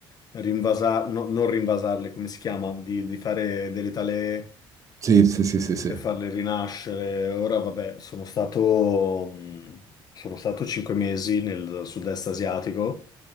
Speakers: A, on the left; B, on the right.
A: rinvasare, non rinvasarle, come si chiama, di, di fare delle talee
B: Sì, sì, sì, sì, sì.
A: e farle rinascere. Ora, vabbè, sono stato, mh, sono stato cinque mesi nel sud-est asiatico